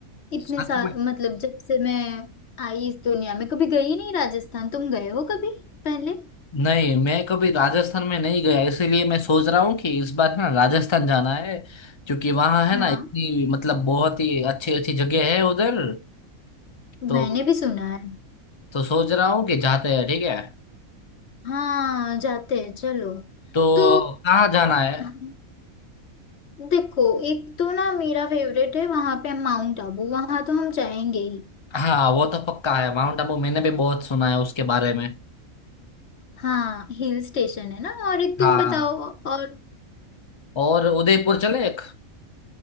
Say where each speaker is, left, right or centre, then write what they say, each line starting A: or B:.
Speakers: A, on the left; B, on the left.
A: इतने
B: सच
A: सा
B: में
A: मतलब जब से मैं आई इस दुनिया में कभी गई नहीं राजस्थान तुम गए हो कभी पहले
B: नहीं मैं कभी राजस्थान में नहीं गया इसीलिए मैं सोच रहा हूँ कि इस बार है ना राजस्थान जाना है क्योंकि वहाँ है
A: हाँ
B: ना इतनी मतलब बहुत ही अच्छी अच्छी जगह है उधर तो
A: मैंने भी सुना है
B: तो सोच रहा हूँ कि जाते हैं ठीक है
A: हाँ जाते हैं चलो
B: तो
A: तो
B: कहाँ जाना है
A: हाँ, देखो एक तो ना मेरा फेवरेट है वहां पे माउंट आबू वहां तो हम जाएंगे ही
B: हाँ वो तो पक्का है माउंट आबू मैंने भी बहुत सुना है उसके बारे में
A: हाँ हिल स्टेशन है ना और एक
B: हाँ
A: तुम बताओ और
B: और उदयपुर चले एक